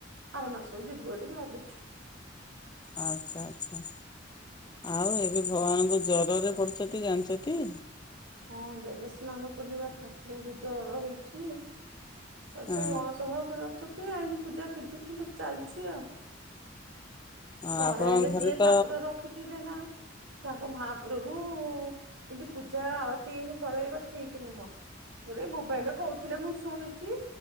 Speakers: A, on the right (about 85°); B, on the left (about 25°).
A: ଆର ମାସକୁ ଯିବୁ ବୋଲି ଭାବିଛୁ।
B: ଆଚ୍ଛା ଆଚ୍ଛା। ଆଉ ଏବେ ଭଗବାନଙ୍କୁ ଜରରେ ପଡିଛନ୍ତି ଜାଣିଛ ଟି।
A: ହଁ ଦେବସ୍ନାନ ପୂର୍ଣ୍ଣିମା ଠାକୁରଙ୍କୁ ଜର ହେଇଛି ଆଉ
B: ହଁ
A: ସେ ଅଣସର ଘରେ ଅଛତି ଏଇନେ ପୂଜା ପୂଜି କିନ୍ତୁ ଚାଲିଛି ଆଉ।
B: ଆଉ
A: ଘରେ
B: ଆପଣଙ୍କ
A: ହେଲେ ଯିଏ
B: ତ
A: ଠାକୁର ରଖିଥିବେ ନା ତାଙ୍କ ମହାପ୍ରଭୁ ଏମତି ପୂଜା ଆଳତୀ ଏମତି କରାଇବା ଠିକ ନୁହଁ। ମୋର ଏଇ ମୋବାଇଲରେ କହୁଥିଲେ ମୁଁ ଶୁଣିଛି